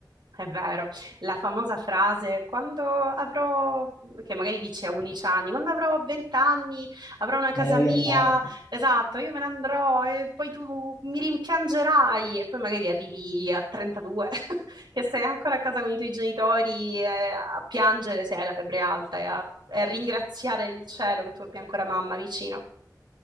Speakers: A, on the right; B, on the left.
A: È vero, la famosa frase quando avrò, che magari dici a 11 anni, quando avrò 20 anni avrò una casa
B: Me ne voglio
A: mia,
B: andare.
A: esatto, io me ne andrò e poi tu mi rimpiangerai e poi magari arrivi a 32 <laughs> che sei ancora a casa con i tuoi genitori eh, a piangere se hai la febbre alta e a, e a ringraziare il cielo che tu abbia ancora mamma vicino.